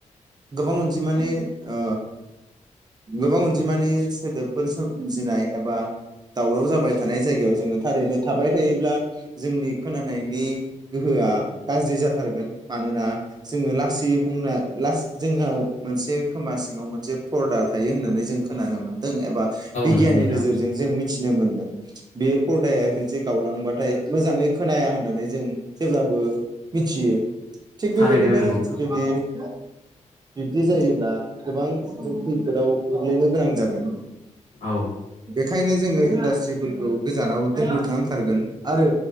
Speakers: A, on the right; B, on the left.
A: गोबां अनजिमानि ओ गोबां अनजिमानि सोदोबफोर सोमजिनाय एबा दावराव जाबाय थानाय जायगायाव जोङो थारैनो थाबाय थायोब्ला जोंनि खोनानायनि गोहोआ गाज्रि जागो थारगोन मानोना जोङो लासै बुंना लास जोंनाव मोनसे खोमा सिङाव मोनसे फरदा थायो होननानै जों खोनानो मोनदों एबा बिगियाननि
B: नंगौ नोंथां
A: नोजोरजों जों मिथिनो मोनदों बे फदाया खनसे गावलांबाथाय मोजाङै खोनाया होननानै जों जेब्लाबो मिथियो थिग बेबायदिनो
B: थारैनो नंगौ नोंथां
A: जुदि बिब्दि जायोब्ला गोबां जों खैफोदाव गोग्लैनो गोनां जागोन ।
B: औ
A: ओंखायनो जोङो इन्डासट्रिफोरखौ गोजानाव दोन नांथारगोन । आरो